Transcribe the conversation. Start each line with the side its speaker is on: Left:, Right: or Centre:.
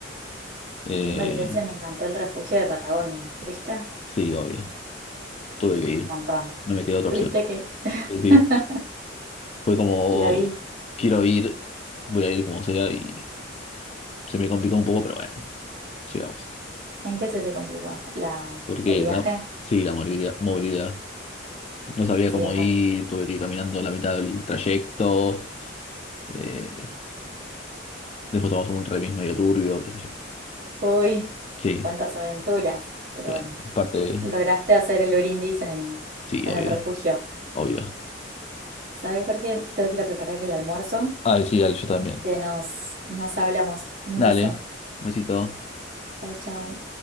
Left: Eh,
Right: a mí en Bariloche me encantó el refugio de Patagonia. ¿Fuiste? Un
Left: sí, obvio. Tuve que ir.
Right: montón.
Left: No me quedó otra
Right: ¿Tuviste
Left: opción.
Right: que
Left: Y sí,
Right: <laughs>
Left: fue como,
Right: la vi?
Left: quiero ir, voy a ir como sea y se me complicó un poco, pero bueno, llegamos.
Right: ¿En qué se te complicó? ¿La,
Left: Porque
Right: el viaje?
Left: la, sí, la movilidad, movilidad. No sabía
Right: Sí,
Left: cómo
Right: es
Left: ir,
Right: bast-
Left: tuve que ir caminando la mitad del trayecto. eh, después tomamos un remis medio turbio, qué sé yo.
Right: Uy,
Left: Sí,
Right: cuántas aventuras. Pero
Left: bueno,
Right: bueno.
Left: es parte de-
Right: Lograste hacer el brindis en,
Left: Sí,
Right: en
Left: obvio.
Right: el refugio.
Left: Obvio.
Right: ¿Sabes, Jorge? Tengo que ir a preparar el almuerzo,
Left: Ay, sí, dale, yo también.
Right: así que nos, nos hablamos. Un
Left: Dale,
Right: beso.
Left: besito.
Right: Chau, chau.